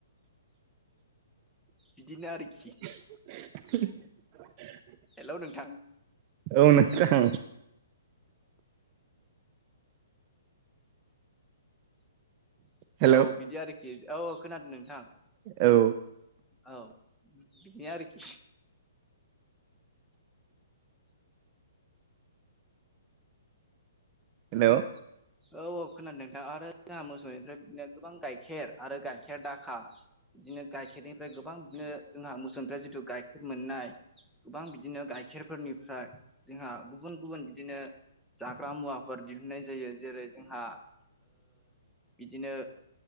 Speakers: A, in the centre; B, on the right.
A: बिदिनो आरोखि,
B: <inaudible>
A: हेल' नोंथां,
B: औ नोंथां हेलौ
A: औ बिदि आरोखि, औ औ खोनादों नोंथां,
B: औ
A: औ बिदिनो आरोखि,
B: हेल'
A: औ औ खोनादों नोंथां आरो जोंहा मोसौनिफ्राय बिदिनो गोबां गाइखेर आरो गाइखेर दाखा, बिदिनो गाइखेरनिफ्राय गोबां बिदिनो जोंहा मोसौफ्रा जिथु गाइखेर मोननाय, गोबां बिदिनो गाइखेरफोरनिफ्राय जोंहा गुबुन गुबुन बि, बिदिनो जाग्रा मुवा, फोर दिहुननाय जायो जेरै जोंहा बिदिनो,